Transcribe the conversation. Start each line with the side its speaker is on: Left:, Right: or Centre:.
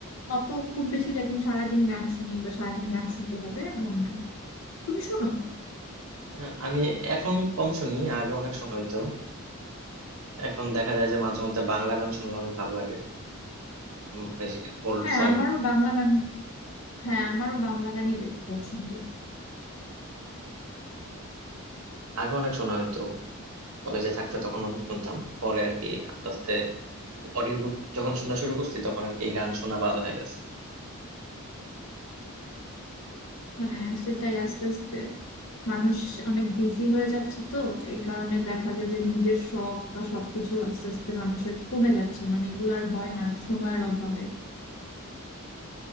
Left: অত খুব বেশি যে একদম সারাদিন গান শুনি বা সারাদিন গান শুনতে হবে এমন না তুমি শোনো
Right: আহ, আমি এখন কম শুনি আগে অনেক শোনা হইতো এখন দেখা যায় যে মাঝে মধ্যে বাংলা গান শুনলে অনেক ভালো লাগে উম, এই যে ওল্ড
Left: হ্যাঁ
Right: সং
Left: আমারও বাংলা গান হ্যাঁ আমারও বাংলা গানই বেশি পছন্দ
Right: আগে অনেক শোনা হইতো কলেজে থাকতে তখন অনেক শুনতাম পরে আর কি আস্তে আস্তে অডিও বুক যখন শোনা শুরু করছি তখন আর কি গান শোনা বাদ হয়ে গেছে
Left: হ্যাঁ সেটাই আস্তে আস্তে মানুষ অনেক বিজি হয়ে যাচ্ছে তো এই কারণে দেখা যায় যে নিজের শখ বা সবকিছু আস্তে আস্তে মানুষের কমে যাচ্ছে মানে এগুলো আর হয় না সময়ের অভাবে